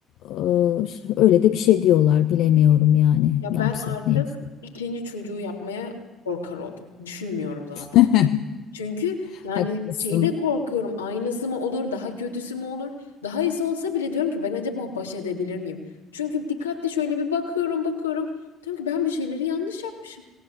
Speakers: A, on the left; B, on the left.
A: Ee, Öyle de bir şey diyorlar bilemiyorum yani
B: Ya
A: ne
B: ben
A: yapsak
B: artık
A: ne etsek.
B: ikinci çocuğu yapmaya korkar oldum. Düşünmüyorum zaten.
A: <laughs>
B: Çünkü yani
A: Haklısın.
B: şeyde korkuyorum aynısı mı olur daha kötüsü mü olur daha iyisi olsa bile diyorum ki ben acaba baş edebilir miyim? Çünkü dikkatli şöyle bir bakıyorum bakıyorum diyorum ki ben bir şeyleri yanlış yapmışım.